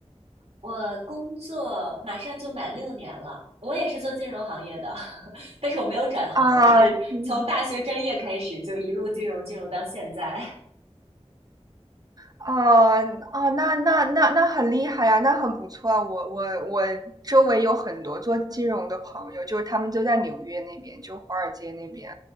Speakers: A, on the right (about 65°); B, on the right (about 35°).
A: 我工作马上就满六年了，我也是做金融行业的，<laughs> 但是我没有转行，
B: 啊，
A: 我是从大学专业开始就一路金融金融到现在。
B: 嗯哦，哦，那那那那很厉害呀，那很不错啊。我我我周围有很多做金融的朋友，就是他们就在纽约那边，就华尔街那边。